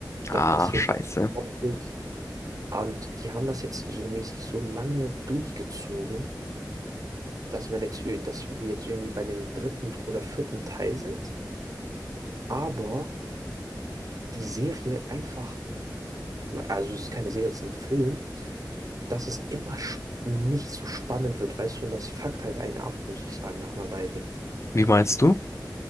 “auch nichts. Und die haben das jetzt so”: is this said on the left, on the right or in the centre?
Right